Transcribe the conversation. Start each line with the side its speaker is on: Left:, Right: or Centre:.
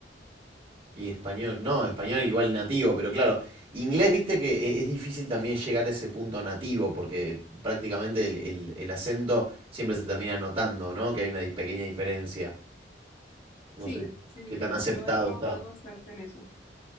Right: Y español, no, español igual nativo, pero claro, inglés, viste que e- es difícil también llegar a ese punto nativo, porque prácticamente el, el el acento siempre se termina notando, ¿no? Que hay una di- pequeña diferencia.
Left: Sí,
Right: No sé
Left: sí, sí,
Right: qué
Left: sí.
Right: tan aceptado
Left: Yo he trabajado
Right: está.
Left: bastante en eso.